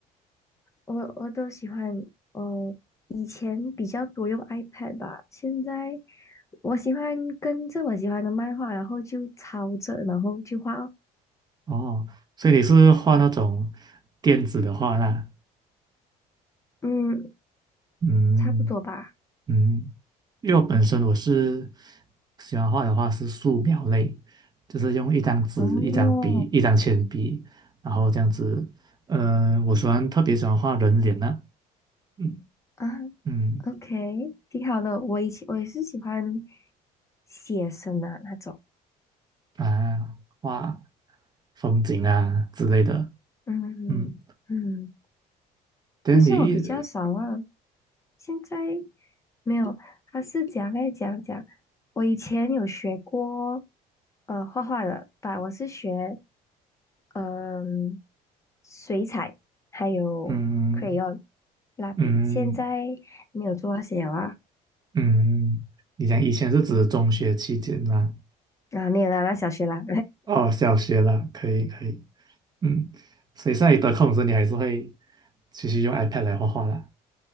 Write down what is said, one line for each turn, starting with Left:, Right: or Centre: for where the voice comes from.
Left: 我我都喜欢，呃，以前比较多用 iPad 吧，现在我喜欢跟着我喜欢的漫画，然后就抄着，然后去画哦。
Right: 哦，所以你是画那种电子的画啦。
Left: 嗯，
Right: 嗯
Left: 差不多吧。
Right: 嗯，因为我本身我是喜欢画的话是素描类，就是用一张纸、
Left: 哦，
Right: 一张笔、一张铅笔，然后这样子。嗯、我喜欢特别喜欢画人脸呐、嗯
Left: 啊
Right: 嗯
Left: ，OK，挺好的。我以前我也是喜欢写生的那种。
Right: 啊，画。风景啊之类的。
Left: 嗯嗯。
Right: 嗯，但你一
Left: 可是我比较少啊，现在没有。他是讲来讲讲，我以前有学过呃画画的吧，我是学嗯、水彩还有
Right: 嗯
Left: crayon 蜡笔，
Right: 嗯
Left: 现在没有做那些了啊
Right: 嗯，嗯嗯你讲以前是指中学期间啦，
Left: 啊没有啦，那小学啦，
Right: 哦，小学啦，可以可以，嗯，所以现在你得空的时候，你还是会继续用 iPad 来画画啦。